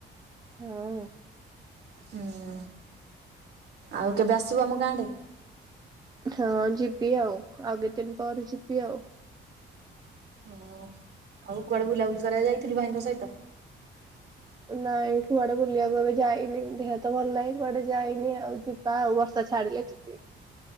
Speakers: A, on the right (about 20°); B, on the right (about 55°).
A: ହଁ।
B: ହୁଁ ଆଉ କେବେ ଆସିବୁ ଆମ ଗାଁ ଆ?
A: ହଁ ଯିବି ଆଉ ଆଉ କେତେଦିନ ପରେ ଯିବି ଆଉ।
B: ହଁ ଆଉ କୁଆଡେ ବୁଲାବୁଲି କରିବାକୁ ଯାଇଥିଲୁ ଭାଇଙ୍କ ସହିତ?
A: ନାଇଁ କୁଆଡେ ବୁଲିବାକୁ ଏବେ ଯାଇନି। ଦେହ ତ ଭଲ ନାହିଁ କୁଆଡେ ଯାଇନି ଆଉ ଯିବା ଆଉ ବର୍ଷା ଛାଡିଲେ ଯିବ